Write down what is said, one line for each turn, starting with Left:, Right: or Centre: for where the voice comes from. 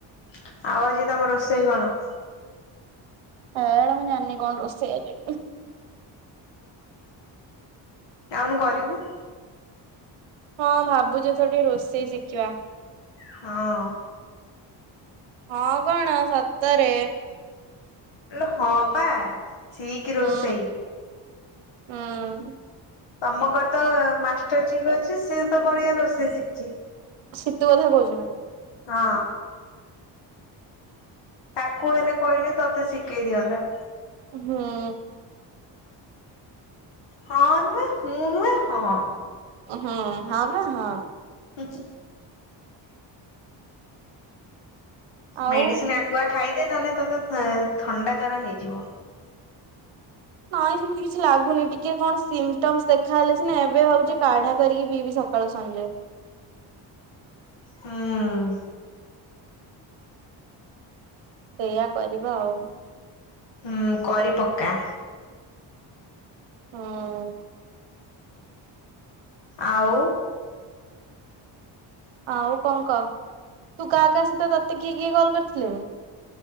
Left: ଆଉ, ଆଜି ତମ ରୋଷେଇ କଣ?
Right: ଏ ଏଇଟା ମୁଁ, ଜାଣିନି କଣ ରୋଷେଇ ଆଜି?
Left: ଯାଉନୁ କରିବୁ।
Right: ହଁ, ଭାବୁଚି ଏଥର ଟିକେ ରୋଷେଇ ଶିଖିବା
Left: ହଁଅଁ।
Right: ହଁ କଣ ସତରେ।
Left: ଆଲୋ ହଁ ପା ସିକ ରୋଷେଇ।
Right: ହୁଁ ହୁଁ
Left: ତମ ଘର ତ ମାଷ୍ଟର ଚିପ ଅଛି ସିଏ ତ ବଢିଆ ରୋଷେଇ ଶିଖିଚି।
Right: ଶୀତୁ କଥା କହୁଛୁ ନା?
Left: ହଁ ଅଁ। ତାକୁ ହେଲେ କହିଲେ ତତେ ଶିକେଇ ଦିଅନ୍ତା।
Right: ହୁଁ ଉଁ।
Left: ହଁ ନୁହେଁ ହୁଁ ନୁହେଁ ହଁ।
Right: ହଁ ହଁ ବା ହଁ।
Left: କିଛି।
Right: ଆଉ
Left: ମେଡିସିନ ଆଗୁଆ ଖାଇଦେ ନହେଲେ ତତେ ଥଣ୍ଡା ଜର ହେଇଯିବ।
Right: ନାଇଁ ସେମିତି କିଛି ଲାଗୁନି ଟିକେ କଣ ସିମ୍ ଟମ୍ସ୍ ଦେଖାହଲେ ସିନା ଏବେ ଭାବୁଛି କାଢା କରିକି ପିଇବି। କଲ ସଞ୍ଜୟେ।
Left: ହୁଁଉଁ।
Right: ସେଇଆ କରିବା ଆଉ।
Left: ହୁଁ କରି ପକ୍କା।
Right: ହୁଁ ଉଁ।
Left: ଆଉ।
Right: ଆଉ କଣ କହ ତୁ କାହା କାହା ସହିତ ତତେ କିଏ କିଏ କିଏ କଲ୍ କରିଥିଲେ ବେ।